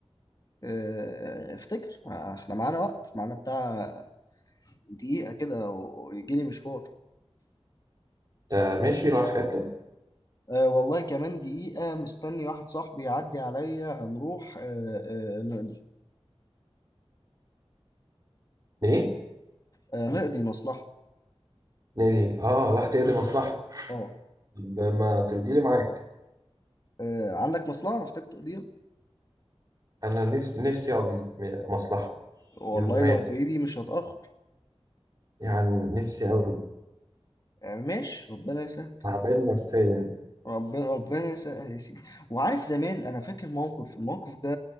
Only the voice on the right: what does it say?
انت ماشي رايح حتة
ليه؟
نادي اه راح تقضي مصلحة
طب ما تقضي لي معاك
انا نفسي نفسي اقضي م- مصلحة
من زمان
يعني نفسي أوي
تعبان نفسيا